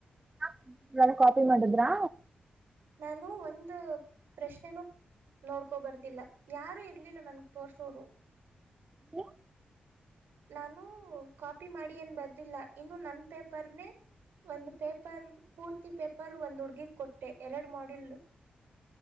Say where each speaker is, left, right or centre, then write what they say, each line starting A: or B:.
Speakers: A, on the right (about 20°); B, on the right (about 85°).
A: ಹ ಕಾಪಿ ಮಾಡಿದ್ರಾ
B: ನಾನು ಒಂದು ಪ್ರಶ್ನೆನೂ ನೋಡ್ಕೊಬಾರದಿಲ್ಲ ಯಾರೂ ಇರ್ಲಿಲ್ಲ ನನಗ್ ತೋರ್ಸೋರು
A: ಹ
B: ನಾನು ಕಾಪಿ ಮಾಡಿ ಏನು ಬರ್ದಿಲ್ಲ ಇನ್ನು ನನ್ನ ಪೇಪರ್ನೇ ಒಂದು ಪೇಪರ್ ಪೂರ್ತಿ ಪೇಪರ್ ಒಂದು ಹುಡುಗಿಗೆ ಕೊಟ್ಟೆ ಎರಡು ಮಾಡಲ್ು